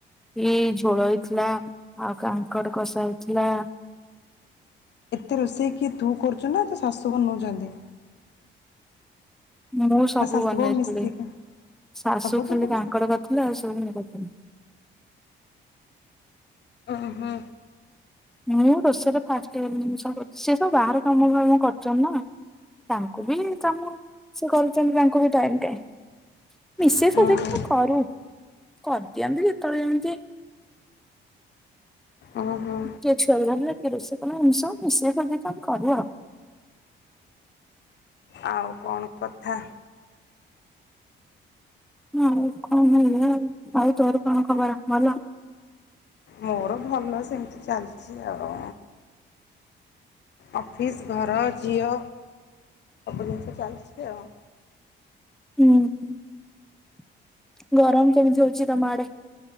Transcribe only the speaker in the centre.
ଇ ଝୋଳ ହେଇଥିଲା। ଆଉ କାଙ୍କଡ କଷା ହେଇଥିଲା।
ମୁଁ ସବୁ
ବନେଇଥିଲି
ଶାଶୁ
ଖାଲି
କାଙ୍କଡ
କଥିଲେ ଆଉ ସବ ମୁ କରି
ମୁଁ ରୋଷେଇରେ ଫାଷ୍ଟ ସି ସବୁ ସିଏ ତ ବାହର କାମ ଫାମ କରୁ ଛନ୍ତି ନାଁ। ତାଙ୍କୁ ବି କାମ ସେ କରିୁଛନ୍ତି ତାଙ୍କୁ ବି ଟାଇମ କାଇଁ। ମିଶେଇ
ସଜେଇକିନି
କରୁ କରିଦିଅନ୍ତି ଯେତେବେଳେ ଯେମିତି।
କିଏ ଛୁଆକୁ ଧରିଲା କିଏ ରୋଷ କଲା ଏମିତି ସବୁ ମିଶେଇକି କରୁ ଆଉ।
ଆଉ କଣ ହବ ଆଉ ତୋର କଣ ଖବର ଭଲ।
ହୁଁ ହୁଁ ଗରମ କେମିତି ହଉଛି ତମ ଆଡେ।